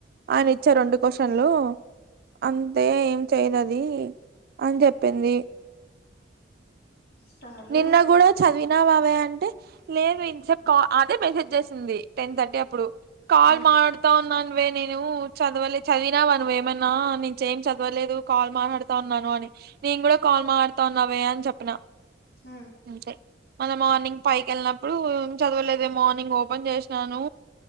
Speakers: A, on the right; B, on the left.
A: అని ఇచ్చే రెండు క్వశ్చన్లు అంతే ఏం చేయదు అది అని చెప్పింది
B: సర్లే
A: నిన్న కూడా చదివి న్నావావే అంటే లేదు ఇసేప్ అదే మెసేజ్ చేసింది టెన్ థర్టీ అప్పుడు కాల్
B: హ్మ్
A: మతా ఉన్నాను వే నేను చదవలే చదివినావా నువ్వు ఏమన్నా నుంచే ఏం చదవలేదు కాల్ మాట్లాడుతా ఉన్నాను అని నేను కూడా కాల్ మాడుతన్నావే అని చెప్పిన
B: ఉ
A: అంతే మళ్ళ మార్నింగ్ పైకి వెళ్ళినప్పుడు ఏం చదవలేదు మార్నింగ్ ఓపెన్ చేసినాను